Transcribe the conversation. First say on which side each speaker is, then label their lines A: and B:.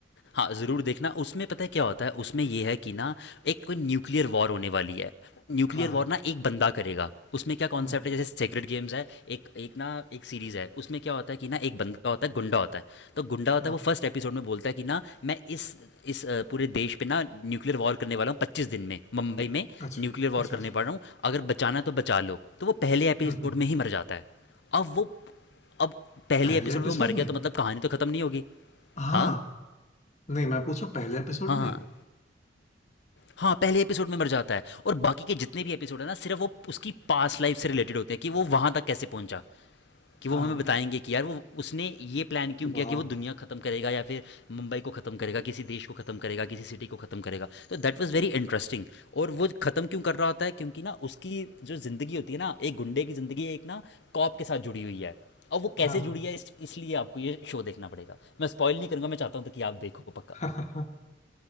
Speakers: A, on the left; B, on the left.
A: हाँ ज़रूर देखना उसमें पता है क्या होता है उसमें ये है कि ना एक कोई न्यूक्लियर वॉर होने वाली है न्यूक्लियर
B: हाँ
A: वॉर
B: हाँ
A: ना एक बंदा करेगा उसमें क्या कॉन्सेप्ट
B: हम्म, हम्म,
A: है जैसे सेक्रेट गेम्स है एक एक ना एक सीरीज़ है उसमें क्या होता है कि ना एक बंदा होता है गुंडा होता है तो गुंडा होता
B: हाँ
A: है वो फर्स्ट एपिसोड में बोलता है कि ना मैं इस इस अ, पूरे देश पे ना न्यूक्लियर वॉर करने वाला हूँ पच्चीस दिन में मुंबई में
B: अच्छा
A: न्यूक्लियर वॉर
B: अच्छा
A: करने
B: अच्छा
A: पड़ रहा हूँ अगर बचाना तो बचा लो तो वो पहले एपिसोड
B: हम्म, हम्म।
A: में ही मर जाता है अब वो अब पहले
B: पहले
A: एपिसोड
B: एपिसोड
A: में वो मर गया
B: में
A: तो मतलब कहानी तो खत्म नहीं होगी
B: हाँ
A: हाँ
B: नहीं मैं पूछू पहले एपिसोड
A: हाँ
B: में
A: हाँ
B: ही?
A: हाँ पहले एपिसोड में मर जाता है और बाकी के जितने भी एपिसोड है ना सिर्फ वो उसकी पास्ट लाइफ से रिलेटेड होते हैं कि वो वहां तक कैसे पहुंचा कि वो
B: हाँ
A: हमें बताएंगे कि यार वो उसने ये प्लान क्यों
B: वाह
A: किया कि वो दुनिया ख़त्म करेगा या फिर मुंबई को ख़त्म करेगा किसी देश को ख़त्म करेगा किसी सिटी को ख़त्म करेगा तो दैट वाज़ वेरी इंटरेस्टिंग और वो ख़त्म क्यों कर रहा होता है क्योंकि ना उसकी जो ज़िंदगी होती है ना एक गुंडे की ज़िंदगी एक ना कॉप के साथ जुड़ी हुई है और वो कैसे
B: हाँ
A: जुड़ी है इस, इसलिए आपको ये शो देखना पड़ेगा मैं स्पॉइल नहीं करूँगा मैं चाहता हूँ तो कि आप देखो पक्का
B: हाँ <laughs>